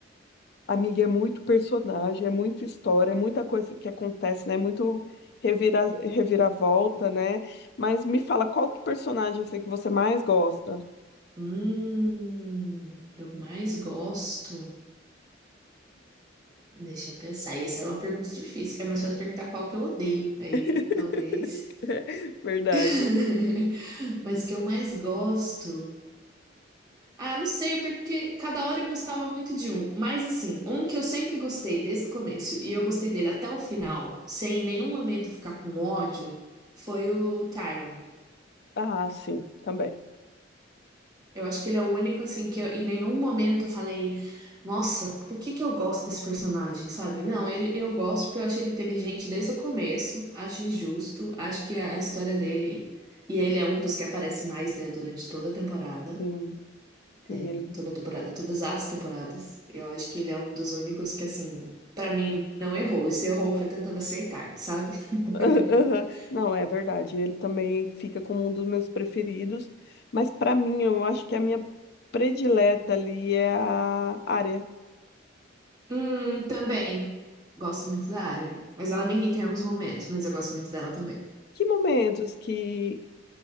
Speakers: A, on the left; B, on the right.
A: Amiga, é muito personagem, é muita história, é muita coisa que acontece, né? É Muito revira, reviravolta, né? Mas me fala, qual que personagem assim, que você mais gosta?
B: Hum, eu mais gosto. Deixa eu pensar. Essa é uma pergunta difícil. É mais fácil perguntar qual que eu odeio. Aí,
A: <laughs>
B: talvez.
A: Verdade.
B: <laughs> Mas que eu mais gosto. Ah, não sei, porque cada hora eu gostava muito de um. Mas assim, um que eu sempre gostei desde o começo, e eu gostei dele até o final, sem em nenhum momento ficar com ódio, foi o Tyron.
A: Ah, sim, também.
B: Eu acho que ele é o único, assim, que eu- em nenhum momento eu falei, nossa, por que que eu gosto desse personagem, sabe? Não, ele, eu gosto porque eu acho ele inteligente desde o começo, acho injusto, acho que a, a história dele. E ele é um dos que aparece mais, né, durante toda a temporada.
A: Sim, sim,
B: É,
A: ele...
B: toda a temporada, todas as temporadas. Eu acho que ele é um dos únicos que, assim, pra mim, não errou. E se errou, foi tentando acertar, sabe? <laughs>
A: <laughs> Aham. Não, é verdade. Ele também fica como um dos meus preferidos. Mas para mim, eu acho que a minha predileta ali é a área.
B: Hum, também. Gosto muito da área. Mas ela me irrita em alguns momentos, mas eu gosto muito dela também.
A: Que momentos que,